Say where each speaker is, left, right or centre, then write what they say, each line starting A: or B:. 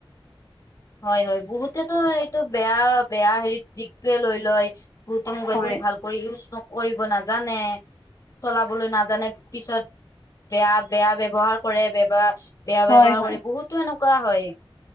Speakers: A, on the left; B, on the left.
A: হয় হয় বহুতেতো এইটো বেয়া বেয়া হেৰিত দিশটোৱে লৈ লয়। গোট মোবাইলখন
B: হয়
A: ভালক ইউজ। কৰিব নাজানে চলাবলৈ নাজানে পিছত বেয়া বেয়া ব্যবহাৰ কৰে বেব। বেয়া
B: হয়
A: ব্যৱহাৰ
B: হয়
A: কৰি বহুতো নো কোৱা হয়।